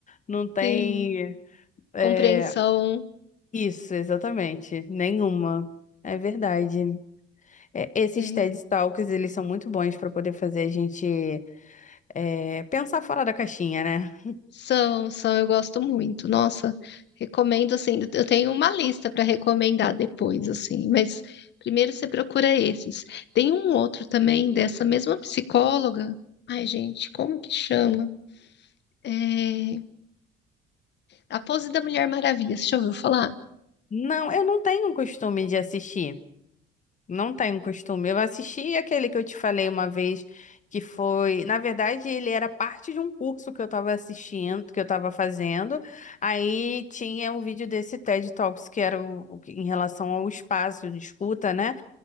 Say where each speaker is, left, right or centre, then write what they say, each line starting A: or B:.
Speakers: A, on the left (about 40°); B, on the left (about 60°).
A: não tem.
B: Sim.
A: é,
B: compreensão,
A: isso, exatamente, nenhuma. É verdade. É, esses
B: é,
A: TED Talks, eles são muito bons para poder fazer a gente é, pensar fora da caixinha, né?
B: são, são, eu gosto muito. Nossa, recomendo assim. Eu tenho uma lista para recomendar depois, assim, mas primeiro você procura esses. Tem um outro também dessa mesma psicóloga. Ai, gente, como que chama? É, A pose da Mulher Maravilha, você já ouviu falar?
A: Não, eu não tenho um costume de assistir. Não tenho costume. Eu assisti aquele que eu te falei uma vez, que foi. Na verdade, ele era parte de um curso que eu tava assistindo, que eu tava fazendo. Aí tinha um vídeo desse TED Talks, que era o, o que- em relação ao espaço de escuta, né?